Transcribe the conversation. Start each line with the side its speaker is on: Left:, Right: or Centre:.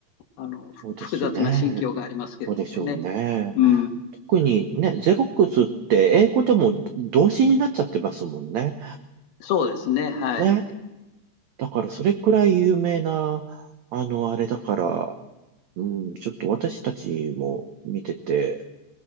Left: あの、
Right: そうですね。
Left: 複雑な心境がありますけれどもね。
Right: そうでしょうね。
Left: うん、
Right: 特にね、ゼロックスって英語でも動詞になっちゃってますもんね。
Left: そうですね。はい。
Right: ね。だからそれくらい有名な、あの、あれだから、うん、ちょっと私たちも見てて、